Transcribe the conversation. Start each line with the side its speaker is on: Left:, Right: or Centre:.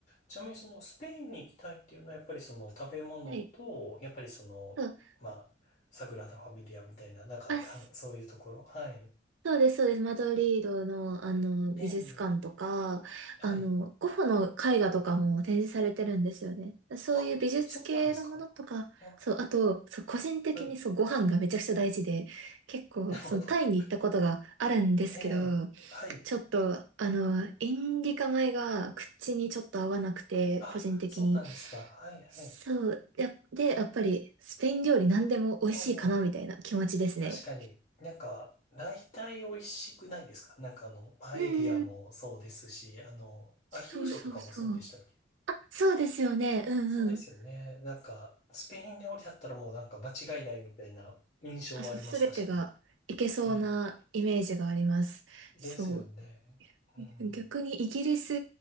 Left: ちなみにそのスペインに行きたいっていうのはやっぱりその食べ物と、
Right: はい。
Left: やっぱりその、
Right: そう。
Left: まあ、サグラダ・ファミリアみたいな、なんか、
Right: あ
Left: かん、そういうところ。はい。
Right: そうです、そうです。マドリードの、あの、美術館とか、
Left: ええ、はい。
Right: あの、ゴッホの絵画とかも展示されてるんですよね。そういう美術系のものとか、
Left: あ、そうなんですか。あ、
Right: そう、あと、そう、個人的にそう、
Left: はい。
Right: ご飯がめちゃくちゃ大事で、結構、
Left: なるほど。
Right: その、タイに行ったことがあるんですけど、
Left: ええ、はい。
Right: ちょっと、あの、インディカ米が口にちょっと合わなくて、
Left: あ、
Right: 個人的に。
Left: そうなんですか。はい、はい。
Right: そう、や、で、やっぱり、スペイン料理何でも美味しいかな、
Left: ええ
Right: みたいな気持ちですね。
Left: 確かに、なんか、大体美味しくないですかなんかあの、パエリアもそうですし、
Right: うんうん、
Left: あの、アヒージョとかもそうでしたっけ
Right: そうそうそう。そうですよね。うんうん。
Left: そうですよね。なんか、スペイン料理だったらもうなんか間違いないみたいな印象はあります、
Right: あ、そう、すべてがいけそうなイメージがあります。
Left: 確かに。ええ、ですよね。
Right: そう。
Left: うん。
Right: <laughs> 逆にイギリス